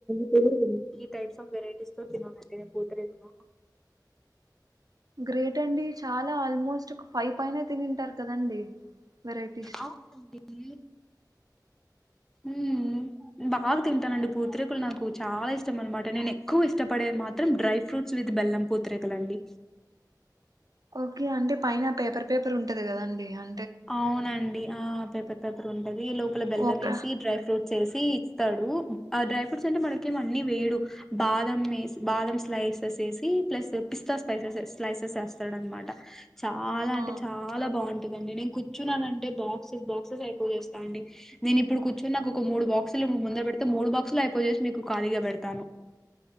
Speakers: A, in the centre; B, on the right.
A: బ ఈ టైప్స్ ఆఫ్ వెరైటీస్ తో తినాలి అండి పూత రేకులు
B: గ్రేట్ అండి చాలా ఆల్మోస్ట్ ఒక ఫైవ్ పైన తినింటారు కదండి వెరైటీస్
A: అవుననండి ఉ బాగా తింటానండి పూత్రేకలు నాకు చాలా ఇష్టం అనమాట, నేను ఎక్కువ ఇష్టపడేది మాత్రం డ్రై ఫ్రూట్స్ విత్ బెల్లం పూత్రకలు అండి.
B: ఓకే అంటే పైన పేపర్ పేపర్ ఉంటది కదాండి అ
A: అవునండి ఆ పేపర్ పేపర్ ఉంటది లోపల బెల్లం
B: ఒక
A: వేసి డ్రై ఫ్రూట్స్ వేసి సి ఇస్తాడు ఆ డ్రై ఫ్రూట్స్ అంటే మనకేమ అన్ని వేయడు బాదం వే బాదం స్లైసెస్ వేసి ప్లస్ పిస్తా స్పైసెస్ స్లైసెస్ వేస్తాడు అనమాట. చాలా అంటే
B: ఆ
A: చాలా బాగుంట <unintelligible> కూర్చున్నాను అంటే బాక్సెస్ బాక్సెస్ అయిపో చేస్తా అండి నేను ఇప్పుడు కూర్చుని కు ఒక మూడు బాక్షులు ముందు పె అతే మూడు బాక్సులు అయిపోయేసి మీకు ఖాళీగా పెడతాను